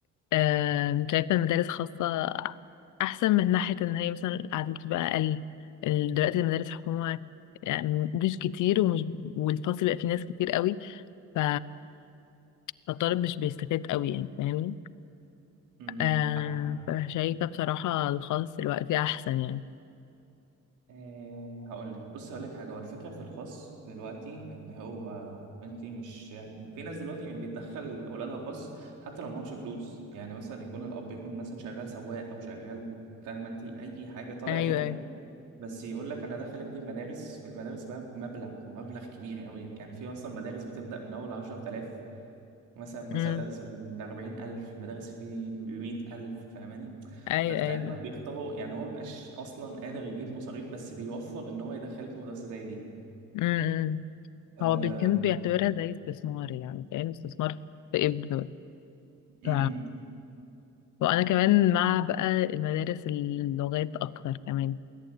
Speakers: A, on the left; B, on the right.
A: آم، شايفة المدارس خاصة احسن من ناحية ان هي مثلا القعدة بتبقى اقل ال- دلوقتي المدارس حكومة يعني مش كتير ومش والفصل بقى فيه ناس كتير قوي ف فالطالب مش بيستفاد قوي يعني فاهمني
B: امم
A: آم،
B: فاهم
A: فشايفة بصراحة الخاص دلوقتي احسن يعني
B: أه هقول لك بص هقول لك حاجه هو الفكره في الخاص دلوقتي ان هو انت مش يعني في ناس دلوقتي بتدخل اولادها خاص حتى لو معهمش فلوس يعني مثلا يكون الاب يكون مثلا شغال سواق او شغال فاهمه انت اي حاجه طالع
A: ايوه
B: عينه بس يقول لك انا داخل ابني المدارس في المدارس بقى بمبلغ مبلغ كبير قوي يعني في اصلا مدارس بتبدا من اول 10000 مثلا مثلا
A: ايوه
B: بدرس بأربعين ألف بدرس بيه بمية ألف فاهماني
A: ايوه
B: فتقريبا
A: ايوه
B: بيختاروا يعني هو مبيبقاش أصلا قادر يجيب مصاريف بس بيوفر إن هو يدخل ابنه مدرسة زي دي
A: امم
B: آه
A: هو بيكون بيعتبرها زي استثمار يعني كأنه استثمار في ابنه
B: م
A: ف...
B: -م.
A: وانا كمان مع بقى المدارس اللغات اكتر كمان